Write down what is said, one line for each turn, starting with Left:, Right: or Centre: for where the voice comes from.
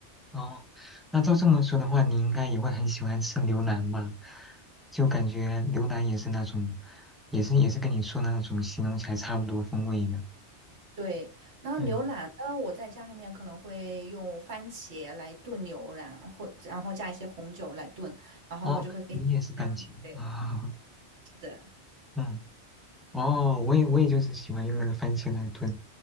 Centre: 哦，那照这么说的话，你应该也会很喜欢吃牛腩吧？就感觉牛腩也是那种，也是也是跟你说的那种形容起来差不多风味的。
Right: 对，然后牛腩呢，
Centre: 嗯，
Right: 我在家里面可能会用番茄来炖牛腩，或然后加一些红酒来炖，然后就会非常香。
Centre: 哦，你也是番茄啊、
Right: 对，是的。
Centre: <laughs> 嗯，哦，我也我也就是喜欢用那个番茄来炖，